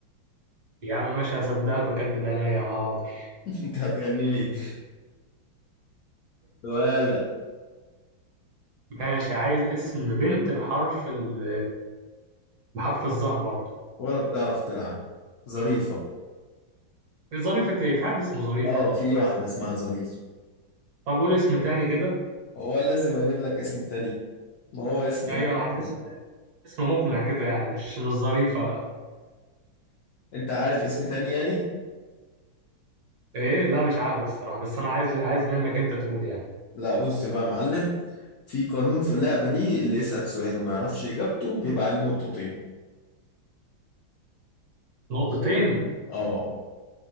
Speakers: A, on the right; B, on the left.
A: يا عم ماشي هصدقك واكدب عينيا حاضر
B: <laughs> انت هتغني لي <laughs> ولا
A: ماشي عايز اسم بنت بحرف ال بحرف الظهر برضه
B: ولا بتعرف تلعب ظريفة
A: ظريفة ايه في حد اسمه ظريفة
B: اه في واحدة اسمها ظريف
A: طب قول اسم تاني كده
B: هو لازم اجيب لك اسم تاني ما هو اسم
A: ايوه
B: واحد
A: انا عايز
B: تاني.
A: اسم تاني اسم مقنع كده يعني مش مش ظريفة
B: انت عارف اسم تاني يعني
A: ايه لا مش عارف الصراحة بس انا عايز عايز منك انت تقول يعني
B: لا بص بقى يا معلم في قانون في اللعبة دي اللي يسأل سؤال وما يعرفش اجابته بيبقى عليه نقطتين
A: نقطتين
B: اه